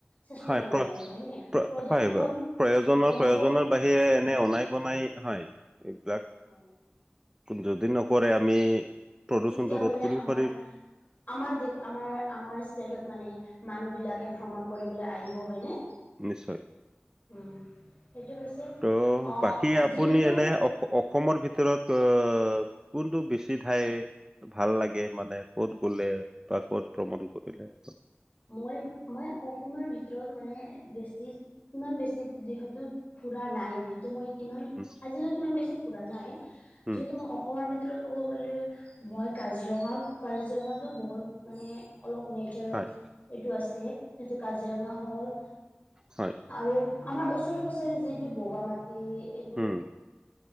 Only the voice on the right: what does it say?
হয়
প্ৰ
হয়
প্ৰয়োজনৰ
প্ৰয়োজনৰ বাহিৰে এনে অনাই বনাই হয়, এইবিলাক।
যদি নকৰে, আমি প্ৰদূষণটো
ৰোধ কৰিব
পাৰিম।
নিশ্চয়।
ত'
বাকী আপুনি
এনে অসমৰ ভিতৰত আহ্ কোনটো বেছি ঠাই। ভাল লাগে মানে, ক'ত গ'লে বা ক'ত ভ্ৰমণ কৰিলে।
উম।
উম,
হয়
হয়।
উম